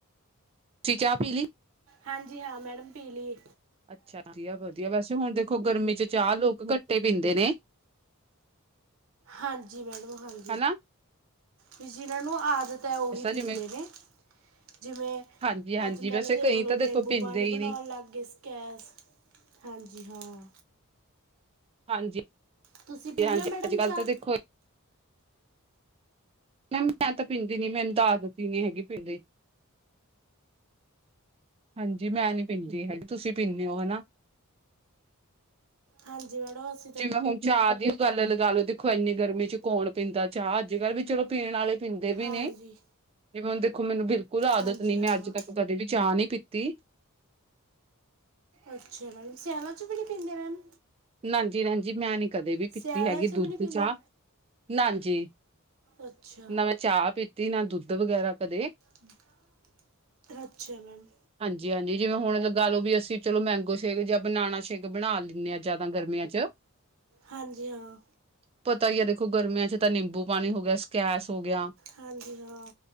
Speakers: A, on the right; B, on the right.
A: ਤੁਸੀ ਚਾਹ ਪੀਲੀ‌।
B: ਹਾਂਜੀ ਹਾਂ ਮੈਡਮ ਪੀ ਲੀ।
A: ਅੱਛਾ ਵਧੀਆ- ਵਧੀਆ, ਵੈਸੇ ਹੁਣ ਦੇਖੋ ਗਰਮੀ 'ਚ ਚਾਹ ਲੋਕ ਗੱਟੇ ਪੀਂਦੇ ਨੇ।
B: ਹਾਂਜੀ ਮੈਡਮ -ਹਾਂਜੀ।
A: ਹੈਨਾ।
B: ਵੀ ਜਿਹਨਾਂ ਨੂੰ ਆਦਤ ਹੈ ਉਹੀ ਪੀਂਦੇ
A: ਜਿਵੇਂ
B: ਨੇ। ਜਿਵੇਂ
A: ਹਾਂਜੀ ਹਾਂਜੀ
B: ਅੱਜ ਕੱਲ੍ਹ
A: ਵੈਸੇ
B: ਦੇਖ
A: ਕਈ
B: ਲਓ,
A: ਤਾਂ ਦੇਖੋ
B: ਨਿੰਬੂ
A: ਪੀਂਦੇ
B: ਪਾਣੀ
A: ਹੀ
B: ਬਣਾਉਣ
A: ਨੀ
B: ਲੱਗ ਗਏ ਸੀ। ਕੈਸ਼ ਹਾਂਜੀ ਹਾਂ।
A: ਹਾਂਜੀ
B: ਤੁਸੀਂ ਪੀਂਦੇ
A: -ਹਾਂਜੀ,
B: ਹੋ ਮੈਡਮ
A: ਅੱਜ ਕੱਲ੍ਹ
B: ਚਾਹ
A: ਤਾਂ ਦੇਖੋ ਇਕ। ਮੈਮ ਮੈਂ ਤਾਂ ਪੀਂਦੀ ਨੀ ਮੈਨੂੰ ਤਾਂ ਆਦਤ ਹੀ ਨੀ, ਹੈਗੀ ਪੀਂਣ ਦੀ। ਹਾਂਜੀ ਮੈਂ ਨੀ ਪੀਂਦੀ ਹੈਗੀ ਤੁਸੀਂ ਪੀਂਦੇ ਹੋ ਹਨਾ।
B: ਹਾਂਜੀ ਮੈਡਮ ਅਸ।
A: ਜਿਵੇਂ ਹੁਣ ਚਾਹ ਦੀ ਗੱਲ ਲਗਾ ਲਓ, ਦੇਖੋ ਇੰਨੀ ਗਰਮੀ 'ਚ ਕੌਣ ਪੀਂਦਾ, ਚਾਹ ਅੱਜ ਕੱਲ੍ਹ ਵੀ ਚਲੋ ਪੀਣ ਵਾਲੇ। ਪੀਂਦੇ ਵੀ ਨੇ
B: ਹਾਂਜੀ
A: ਜਿਵੇਂ ਹੁਣ ਦੇਖੋ ਮੈਨੂੰ, ਬਿਲਕੁਲ ਆਦਤ
B: ਹਾਂਜੀ
A: ਨੀ
B: ਹਾਂ
A: ਮੈਂ ਅੱਜ ਤੱਕ ਕਦੇ ਵੀ ਚਾਹ ਨਹੀਂ ਪੀ। ਤੀ।
B: ਅੱਛਾ ਮੈਮ ਸਿਆਲਾ 'ਚ ਵੀ ਨੀ ਪੀਂਦੇ ਮੈਮ।
A: ਨਾਜੀ - ਨਾਜੀ ਮੈਂ ਨੀ। ਕਦੇ ਵੀ
B: ਸਿਆਲਾਂ
A: ਪੀਤੀ ਹੈਗੀ
B: 'ਚ ਵੀ
A: ਦੁੱਧ
B: ਨਹੀਂ ਪੀਂਦੇ
A: ਤੇ ਚਾਹ ਨਾ ਜੀ
B: ਅੱਛਾ
A: ਨਵੇਂ। ਚਾਹ ਪੀਤੀ ਨਾ ਦੁੱਧ ਵਗੈਰਾ ਕਦੇ।
B: ਹਮ, ਅੱਛਾ ਮੈਮ।
A: ਹਾਂਜੀ -ਹਾਂਜੀ, ਜਿਵੇਂ ਹੁਣ ਲਗਾ ਲਓ ਵੀ ਅਸੀਂ ਚਲੋ ਮੈਂਗੋ ਸ਼ੇਕ ਜਾਂ ਬਨਾਨਾ ਸ਼ੇਕ ਬਣਾ ਲੈਂਦੇ ਹਾਂ। ਜਿਆਦਾ ਗਰਮੀਆਂ 'ਚ।
B: ਹਾਂਜੀ ਹਾਂ।
A: ਪਤਾ ਹੀ ਆ ਦੇਖੋ, ਗਰਮੀਆਂ 'ਚ ਤਾਂ ਨਿੰਬੂ ਪਾਣੀ ਹੋ ਗਿਆ ਸਕੈਸ ਹੋ ਗਿਆ।
B: ਹਾਂਜੀ ਹਾਂ